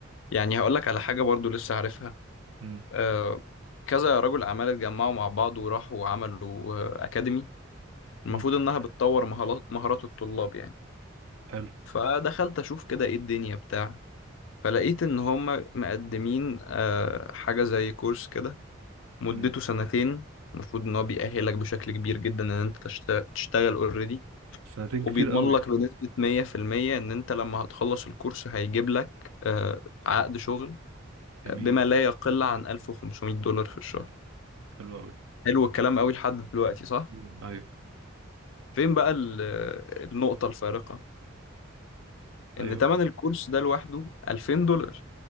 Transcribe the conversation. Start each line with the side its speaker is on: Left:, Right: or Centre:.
Left: يعني هقول لك على حاجه برضو لسه عارفها
Right: امم
Left: آه كذا رجل اعمال اتجمعوا مع بعض وراحوا وعملوا آه اكاديمي المفروض
Right: امم
Left: انها بتطور مهارات مهارات الطلاب يعني
Right: حلو
Left: فدخلت اشوف كده ايه الدنيا بتاع فلقيت ان هم مقدمين آه حاجه زي كورس كده مدته
Right: امم
Left: سنتين المفروض ان هو بيأهلك بشكل كبير جدا ان انت تشت- تشتغل اوريدي
Right: سنتين
Left: وبيضمن
Right: كتير قوي
Left: لك بنسبة 100% إن أنت لما هتخلص الكورس هيجيب لك آه، عقد شغل
Right: جميل
Left: آه، بما لا يقل عن 1500 دولار في الشهر
Right: حلو قوي
Left: حلو الكلام قوي لحد دلوقتي صح؟
Right: امم ايوه
Left: فين بقى ال- آه، النقطة الفارقة؟
Right: ايوه
Left: إن تمن الكورس ده لوحده 2000 دولار